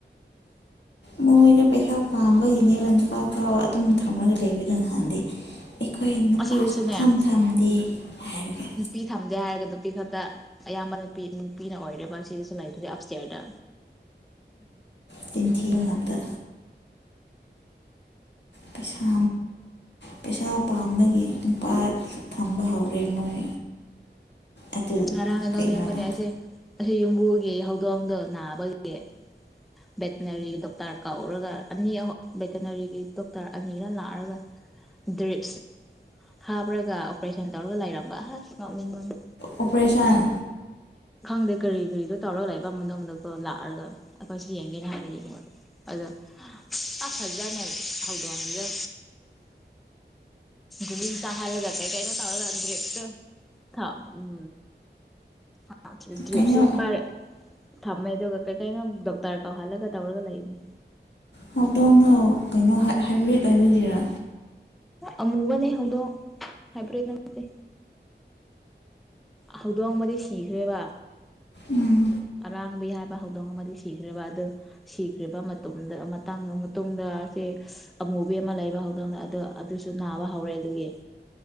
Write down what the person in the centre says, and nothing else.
ꯑꯁꯤꯗꯁꯨꯅꯦ
ꯅꯨꯄꯤ ꯊꯝꯗꯦ ꯍꯥꯏꯔꯒ ꯅꯨꯄꯤ ꯈꯛꯇ ꯑꯌꯥꯝꯕ ꯅꯨꯄꯤ ꯅꯨꯄꯤꯅ ꯑꯣꯏꯔꯦꯕ ꯁꯤꯗꯁꯨ ꯂꯥꯏꯔꯤꯛꯇꯨꯁꯦ ꯑꯞꯁꯦꯔꯗ
ꯑꯔꯥꯡ
ꯅꯣꯛꯅꯤꯕꯅꯤ ꯍꯥꯏꯁꯦ ꯌꯨꯝꯕꯨ ꯒꯤ ꯍꯧꯗꯣꯡ ꯍꯧꯗꯣꯡꯗꯣ ꯅꯥꯕꯒꯤ ꯚꯦꯇꯅꯔꯤ ꯗꯣꯛꯇꯔ ꯀꯧꯔꯒ ꯑꯅꯤ ꯑ ꯚꯦꯇꯅꯔꯤꯒꯤ ꯗꯣꯛꯇꯔ ꯑꯅꯤꯔ ꯂꯥꯛꯑꯒ ꯗ꯭ꯔꯤꯞꯁ ꯍꯥꯞꯔꯒ ꯑꯣꯄꯔꯦꯁꯟ ꯇꯧꯔꯒ ꯂꯩꯔꯝꯕ ꯑ ꯉꯥꯎꯅꯤꯡꯕꯅꯤ
ꯈꯪꯗꯦ ꯀꯔꯤ ꯀꯔꯤꯗꯣ ꯇꯧꯔꯒ ꯂꯥꯛꯏ ꯄꯥꯃꯗꯣꯡꯗꯛꯇꯣ ꯂꯥꯛꯑꯒ ꯑꯩꯈꯣꯏꯁꯨ ꯌꯦꯡꯒꯦꯅ ꯍꯥꯏ ꯑꯗꯣ ꯑ ꯐꯖ꯭ꯔꯥꯅꯦ ꯍꯧꯗꯣꯡꯑꯁꯤꯗꯦ ꯨꯂꯤ ꯆ ꯍꯥꯂꯒꯦ ꯀꯥꯏ ꯊꯧ ꯗ꯭ꯔꯦꯞꯇ ꯊ ꯎꯝ ꯃꯥ ꯖꯖꯤꯞꯁꯨ
ꯎꯄꯔ ꯊꯝꯃꯦꯗꯨ ꯀꯩꯀꯩꯅꯣ ꯗꯣꯛꯇꯔ ꯀꯥꯎꯍꯜꯂꯒ ꯇꯧꯔꯒ ꯂꯩꯕꯅꯤ
ꯑꯃꯨꯕꯅꯦ ꯍꯗꯣ ꯍꯥꯏꯩꯕ꯭ꯔꯦꯗ ꯅꯦ ꯍꯧꯗꯣꯡꯕꯗꯤ ꯁꯤꯈ꯭ꯔꯦꯕ
ꯔꯥꯡꯕꯤꯍꯥꯔ ꯍꯧꯗꯣꯡ ꯑꯃꯗꯤ ꯁꯤꯈ꯭ꯔꯦꯕ ꯑꯗꯨ ꯁꯤꯈ꯭ꯔꯕ ꯃꯇꯨꯡꯗꯥꯡ ꯃꯇꯨꯡꯗ ꯁꯤꯦ ꯑꯃꯨꯕꯤ ꯑꯃ ꯂꯩꯕ ꯍꯧꯗꯣꯡꯗ ꯑꯗꯨꯣ ꯑꯗꯨꯁꯨ ꯅꯥꯕ ꯍꯧꯔꯦ ꯑꯗꯨꯒꯤ